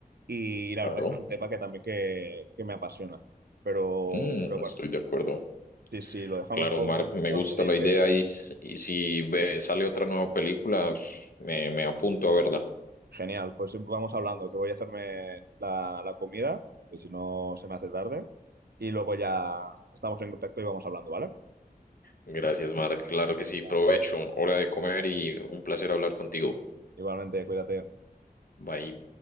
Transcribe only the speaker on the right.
y, la
verdad es que es un tema que también que, que me apasiona. Pero,
pero bueno,
sí, sí, lo dejamos
por,
por
otro día,
que
genial. Pues vamos hablando, que voy a hacerme la, la comida, que si no se me hace tarde, y luego ya estamos en contacto y vamos hablando, ¿vale?
Ya,
Igualmente, cuídate.